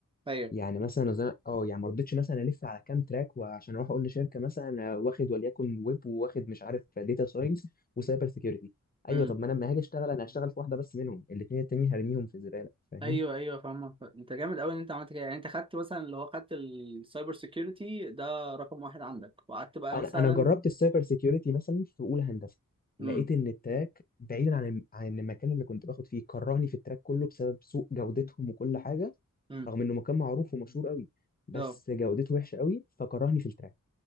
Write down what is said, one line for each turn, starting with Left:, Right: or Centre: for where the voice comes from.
Right: ايوه
Left: يعني مثلا أز- اه يعني ما رضيتش مثلا الف على كام تراك وعشان اروح اقول لشركه مثلا أنا واخد وليكن ويب وواخد مش عارف داتا ساينس وسايبر سيكيورتي ايوه
Right: امم
Left: طب ما انا لما هاجي اشتغل انا هشتغل في واحده بس منهم الاثنين التانيين هرميهم في الزباله فاهم
Right: ايوه ايوه فاهمك انت جامد قوي ان انت عملت كده يعني انت خدت مثلا اللي هو خدت السايبر سيكيورتي ده رقم واحد عندك وقعدت بقى
Left: انا
Right: مثلا
Left: انا جربت السايبر سيكيورتي مثلا في اولى هندسه
Right: امم
Left: لقيت ان التراك بعيدا عن عن المكان اللي كنت باخد فيه كرهني في التراك كله بسبب سوء جودتهم وكل حاجه
Right: امم
Left: رغم انه مكان معروف ومشهور قوي بس
Right: اه
Left: جودته وحشه قوي فكرهني في التراك